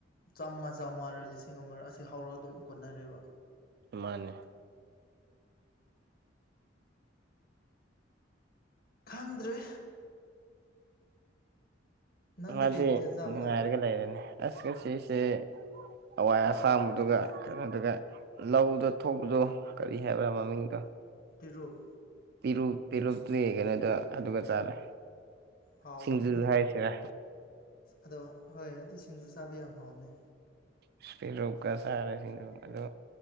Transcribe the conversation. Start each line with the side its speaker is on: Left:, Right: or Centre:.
Left: ꯆꯥꯝꯃꯉꯥ ꯆꯥꯝꯃꯉꯥꯔ ꯂꯤꯁꯤꯡ ꯑꯃꯔ ꯑꯁꯤ ꯍꯧꯔ ꯑꯗꯨꯝ ꯀꯣꯟꯅꯔꯦꯕ
Right: ꯃꯥꯅꯦ
Left: ꯈꯪꯗ꯭ꯔꯦ ꯅꯪꯗꯤ
Right: ꯉꯥꯗꯨ
Left: ꯀꯩ ꯃꯊꯦꯜ ꯆꯥꯕꯅꯣ
Right: ꯉꯥꯏꯔꯒ ꯂꯩꯔꯅꯤ ꯑꯁ ꯉꯥꯁꯤꯁꯦ ꯍꯥꯋꯥꯏ ꯑꯁꯥꯡꯕꯤꯗꯨꯒꯥ ꯀꯩꯅꯣꯗꯨꯒ ꯂꯧꯗ ꯊꯣꯛꯄꯗꯣ ꯀꯔꯤ ꯍꯥꯏꯕ꯭ꯔꯥ ꯃꯃꯤꯡꯗꯣ
Left: ꯄꯤꯔꯨꯛ
Right: ꯄꯤꯔꯨꯛ ꯄꯤꯔꯨꯛꯇꯤ ꯀꯩꯅꯣꯗ ꯑꯗꯨꯒ ꯆꯥꯔꯦ
Left: ꯍꯥꯎꯕꯅꯤꯍꯦ
Right: ꯁꯤꯡꯖꯨ ꯍꯥꯏꯁꯤꯔꯥ
Left: ꯑꯗꯣ ꯍꯣꯏ ꯑꯗꯨ ꯁꯤꯡꯖꯨ ꯆꯥꯕ ꯌꯥꯝ ꯍꯥꯎꯕꯅꯦ
Right: ꯏꯁ ꯄꯤꯔꯨꯛꯀ ꯆꯔꯦ ꯁꯤꯡꯖꯨ ꯑꯗꯨꯒ